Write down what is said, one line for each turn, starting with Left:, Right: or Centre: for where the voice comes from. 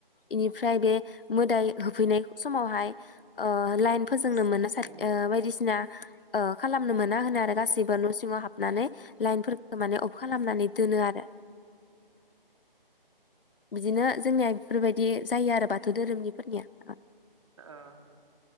Left: इनिफ्राय बेमोदाय होफैनाय समावहाय ओ लायेन फोजोंनो मोना
Right: थानाय
Left: सा
Right: जाया औ
Left: बायदिसिना ओ खालामनो मोना होनो आरो गासिबो न' सिङाव हाबनानै लाइनफोरखौ माने अफ खालामनानै दोन आरो बिदिनो जोंनिया बेफोरबाय दि जायो आरो बाथौ धोरोमनिफोरनिया।
Right: ओ